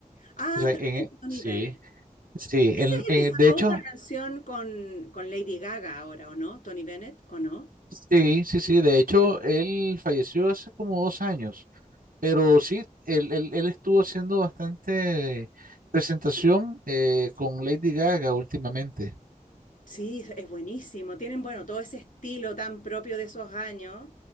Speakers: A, on the left; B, on the right.
A: Ah,
B: O sea,
A: también
B: en- e,
A: Tony
B: sí,
A: Bennett.
B: sí.
A: Ese
B: en-
A: es el
B: en-
A: que sacó
B: de hecho,
A: una canción con, con Lady Gaga ahora, ¿o no? Tony Bennett, ¿o no?
B: sí, sí, sí. De hecho, él falleció hace como dos años. Pero sí, él, él- él estuvo haciendo bastante presentación eh, con Lady Gaga últimamente.
A: Sí, es es buenísimo. Tienen, bueno, todo ese estilo tan propio de esos años